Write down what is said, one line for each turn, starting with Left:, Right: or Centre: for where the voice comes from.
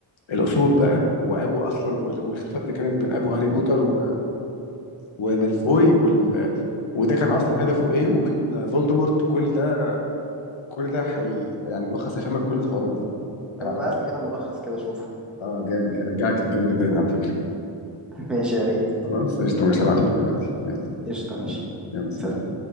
Left: الاصول بقى وابو اصلا وال- والخلافات اللي كانت بين ابو هاري بوتر و- ومالفوي وال وده كان اصلا هدفه ايه ومن فولدمورت كل ده كل ده حي يعني ملخص هيفهمك كل الحوارات دي
Centre: طب
Left: هبعتهولك
Centre: ابعت لي كده ملخص كده اشوفه
Left: اه جامد هيرجعك للجو ده تاني على فكره
Centre: <laughs> ماشي يا ريت
Left: خلاص قشطه ماشي هبعتهولك دلوقتي يلا
Centre: قشطه ماشي
Left: يلا سلام
Centre: سلام